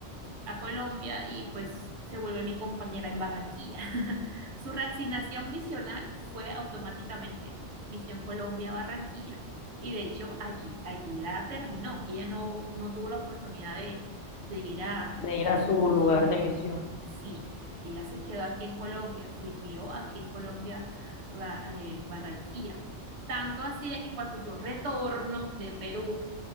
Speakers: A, on the right; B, on the left.
A: a Colombia y pues se vuelve mi compañera en Barranquilla. <laughs> Su reasignación misional fue automáticamente Misión Colombia Barranquilla y de hecho allí, allí la terminó. Ella no, no tuvo la oportunidad de, de ir a,
B: de ir
A: a
B: a su
A: su misión.
B: lugar de misión.
A: Sí, ella se quedó aquí en Colombia, sirvió aquí en Colombia, Ba- eh, Barranquilla. Tanto así de que cuando yo retorno de Perú,